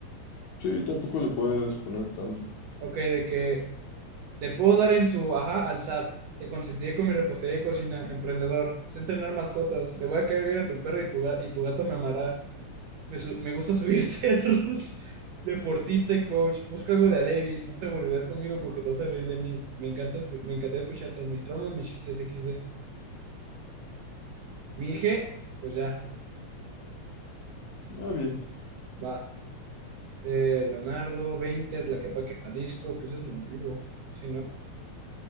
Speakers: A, on the left (about 75°); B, on the right (about 75°).
A: Sí, tampoco le puedes poner tanto.
B: Ok, de que Le puedo dar en su ajá al SAT. Te consentiré con mi repostería de cocina, emprendedor. Sé entrenar mascotas. Le voy a caer bien a tu perro y tu, ga- y tu gato me amará. Me, su- me gusta subir <laughs> cerros. Deportista y coach. Busca algo de a Davis. No te aburrirás conmigo porque te vas a reír de mí. Me encanta, escu- me encantaría escucharte. Mis traumas, mis chistes XD. Mi hija, pues ya,
A: Ah, bien.
B: va. Eh, Leonardo, 20, Tlaquepaque, Jalisco. Pues es donde vivo. Sí, ¿no?